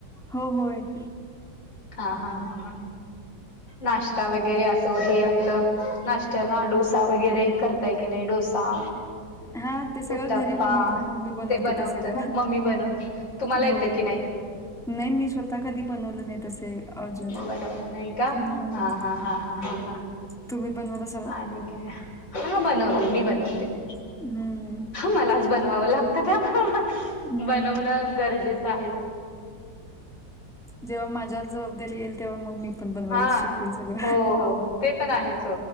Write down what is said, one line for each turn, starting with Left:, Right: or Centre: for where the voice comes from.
Centre: हो हो येते.
Left: हा, हा, हा, हा. नाश्ता वगैरे असं हे आपलं. नाश्त्याला डोसा वगैरे करताय की नाही. डोसा
Centre: ह ते सगळं
Left: उत्तप्पा
Centre: घरी बनवते. मम्मी बनवते
Left: बनवत
Centre: ते सगळं.
Left: ना मम्मी बनवते तुम्हाला
Centre: हो.
Left: येतं की नाही?
Centre: नाही मी स्वतः कधी बनवलं नाही तसे अजून.
Left: बनवलं नाही का
Centre: हम्म.
Left: हा हा हा हा हा हा
Centre: तुम्ही बनवत अ
Left: आणि काय, हा बनवते. मी बनवते.
Centre: हम्म.
Left: मलाच बनवावं लागतं. त्यामुळे
Centre: हं.
Left: बनवणं गरजेचं आहे.
Centre: जेव्हा माझ्यावर जबाबदारी येईल. तेव्हा मग मी पण बनवायला
Left: हा.
Centre: शिकेल सगळं.
Left: हो. हो.
Centre: आपण पण.
Left: ते तर आहेच हो.